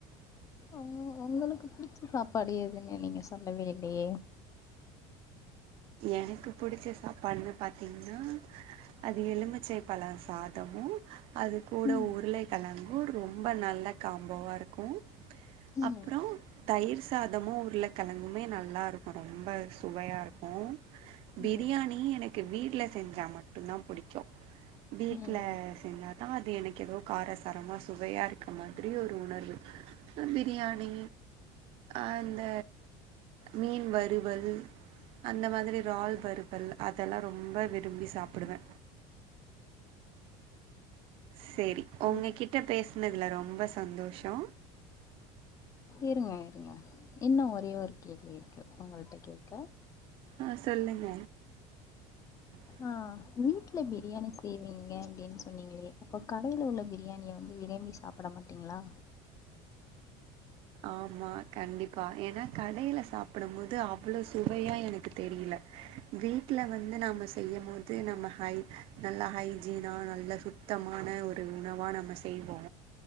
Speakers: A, on the left; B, on the right.
A: ஒங் ஒங்களுக்கு புடிச்ச சாப்பாடு எதுன்னு நீங்க சொல்லவே இல்லயே
B: எனக்கு புடுச்ச சாப்பாடுன்னு பாத்தீங்னா அது எலுமிச்சை பழ சாதமு அது கூட
A: ம்
B: உருளை கெழங்கு ரொம்ப நல்ல காம்போவா இருக்கு
A: ம்
B: அப்றோ தயிர் சாதமு உருள கெழங்குமே நல்லாருக்கு ரொம்ப சுவையா இரு க்கும் பிரியாணி
A: ம்
B: எனக்கு வீட்ல செஞ்சா மட்டுந்தா புடிக்கு வீட்ல
A: ம்
B: செஞ்சாதா அது எனக்கு எதோ காரசாரமா சுவையா இருக்க மாதிரி ஒரு உணர்வு பிரியாணி அந்த மீன் வறுவல் அந்த மாரி ரால் வறுத்தல் அதெல்லா ரொம்ப விரும்பி சாப்டுவே சேரி உங்ககிட்ட
A: ஓ
B: பேசுனதுல ரொம்போ சந்தோஷோ
A: இருங்க இருங்க இன்னு ஒரே ஒரு கேள்வி இருக்கு உங்கள்ட்ட கேக்க
B: ஆ சொல்லுங்க <inaudible>
A: ஆ வீட்ல பிரியாணி செய்வீங்க அப்டின் சொன்னீங்களே அப்ப கடைல உள்ள பிரியாணிய வந்து விரும்பி சாப் பட மாட்டீங்களா
B: ஆமா கண்டிப்பா ஏனா கடைல சாப்டும்போது அவ்ளவு சுவையா எனக்கு தெரியல வீட்ல வந்து நாம்ம செய்யும்போது நம்ம ஹை நல்லா ஹைஜினா நல்ல சு த்தமான ஒரு உணவா நம்ம செய்வோ